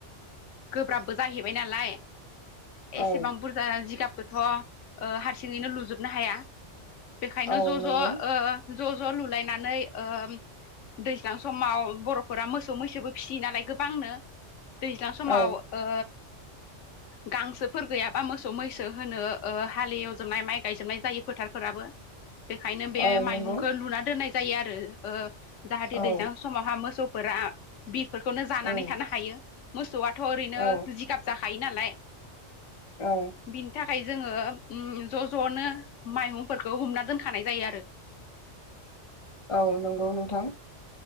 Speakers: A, on the left; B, on the left.
A: गोब्राबबो जाहै बाय नालाय एसेबा
B: औ
A: बुर जा जिगाबखौथ' हारसिङैनो लुजोबनो हाया। बेखायनो
B: औ
A: ज'
B: नंगौ
A: ज' ज' ज' लुलायनानै ओ दैज्लां समाव बर'फोरा मोसौ मैसोबो फिसियो नालाय गोबांनो। दैज्लां समाव
B: औ
A: ओ गांसोफोर गैयाबा मोसौ मैसो होनो हाल एवजोबनाय माइ गायजोबनाय जायो फोथारफोराबो। बेखायनो बे
B: औ
A: माइहुंखो
B: नंगौ
A: लुना दोननाय जायो आरो जाहाथे ओ
B: औ
A: दैज्लां समावहा मोसौफोरा बिरफोरखौनो जानानै
B: ओं
A: थानो हायो ओ मोसौआथ' ओरैनो
B: औ
A: जिगाब जाखायो नालाय
B: औ।
A: बिनि थाखाय जोङो ज' ज'नो माइहुंफोरखौ हुमना दोनखानाय जायो आरो।
B: औ नंगौ नोंथां।